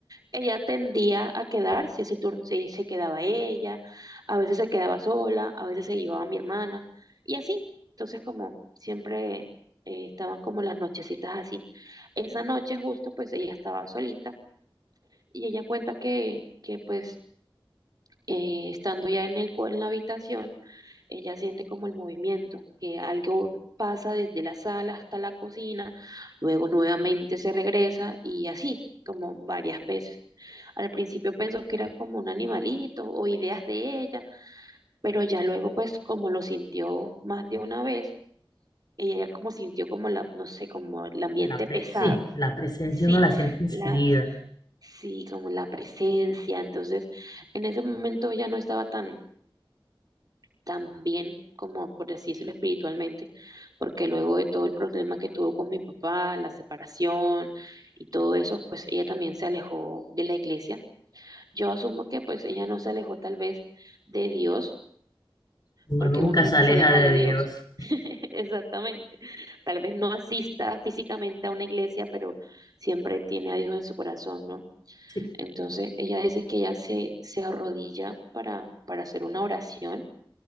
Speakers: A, on the right (about 45°); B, on the left (about 50°).
A: ella tendía a quedarse, ese turno se, se quedaba ella, a veces se quedaba sola, a veces se llevaba a mi hermana, y así. Entonces, como siempre eh, estaban como las nochecitas así. Esa noche justo, pues ella estaba solita y ella cuenta que, que pues eh, estando ya en el, cua- en la habitación, ella siente como el movimiento, que algo pasa desde la sala hasta la cocina, luego nuevamente se regresa y así, como varias veces. Al principio pensó que era como un animalito o ideas de ella, pero ya luego pues como lo sintió más de una vez, ella ya como sintió como la, no sé, como el ambiente
B: La pre-
A: pesado.
B: sí, la presencia
A: Sí,
B: uno la siente enseguida.
A: la, sí, como la presencia. Entonces, en ese momento ya no estaba tan también como por así decirlo espiritualmente, porque luego de todo el problema que tuvo con mi papá, la separación y todo eso, pues ella también se alejó de la iglesia. Yo asumo que pues ella no se alejó tal vez de Dios,
B: Uno
A: porque
B: nunca
A: uno nunca
B: se aleja
A: se aleja
B: de
A: de
B: Dios.
A: Dios. <laughs> Exactamente. Tal vez no asista físicamente a una iglesia, pero siempre tiene a Dios en su corazón, ¿no?
B: sí
A: Entonces ella dice que ella se, se arrodilla para, para hacer una oración